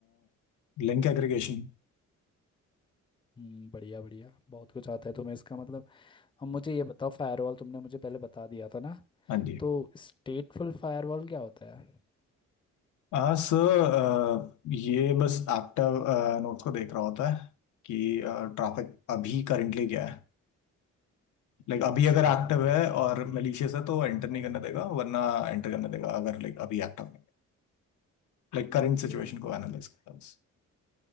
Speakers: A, on the left (about 75°); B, on the left (about 15°).
A: Link aggregation
B: हम्म बढ़िया बढ़िया बहुत कुछ आता है तुम्हें इसका मतलब अब मुझे ये बताओ फायरवॉल तुमने मुझे पहले बता दिया था ना
A: हाँ जी
B: तो स्टेटफुल फायरवॉल क्या होता है
A: हाँ सर ये बस एक्टिव नोट को देख रहा होता है कि ट्रैफिक अभी करंटली क्या है लाइक
B: अच्छा
A: अभी अगर एक्टिव है और मलिशियस है तो एंटर नहीं करने देगा वरना एंटर करने देगा अगर लाइक अभी एक्टिव नहीं है लाइक करंट
B: ओके
A: सिचुएशन को एनालाइज करता है बस।